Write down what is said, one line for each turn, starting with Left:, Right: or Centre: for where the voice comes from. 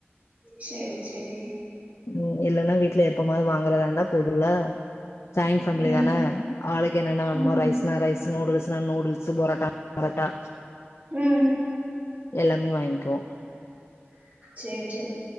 Right: செரி செரி
Left: ம் இல்லன்னா வீட்ல எப்பமாது வாங்குறதா இருந்தா பொதுல ஜாயிண்ட் ஃபேமிலி
Right: ம்
Left: தான ஆளுக்கு என்னென்ன வேணுமோ
Right: ம்
Left: ரைஸ்னா ரைஸ் நூடுல்ஸ்னா நூடுல்ஸ் பொரட்டா பொரட்டா
Right: ம்
Left: யெல்லாமே வாங்கிக்குவோ
Right: சேர் செரி